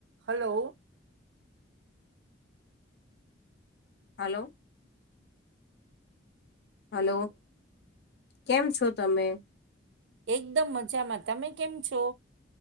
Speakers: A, on the right; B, on the left.
A: હલો
B: હલો હલો કેમ છો તમે
A: એકદમ મજામાં તમે કેમ છો